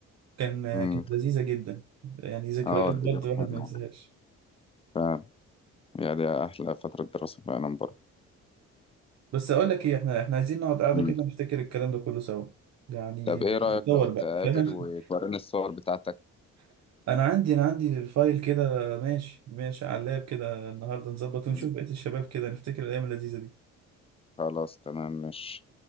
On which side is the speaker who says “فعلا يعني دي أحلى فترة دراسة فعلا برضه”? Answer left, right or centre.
Left